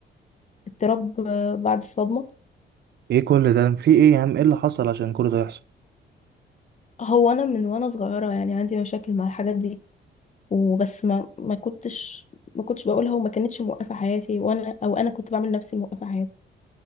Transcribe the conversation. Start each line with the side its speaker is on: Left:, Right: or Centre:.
Left: اضطراب آه، بعد الصدمه
Right: ايه كل ده في ايه يا عم ايه اللي حصل عشان كل ده يحصل
Left: هو انا من وانا صغيره يعني عندي مشاكل مع الحاجات دي وبس ما ما كنتش ما كنتش بقولها وما كانتش موقفة حياتي وانا او انا كنت بعمل نفسي موقفة حياتي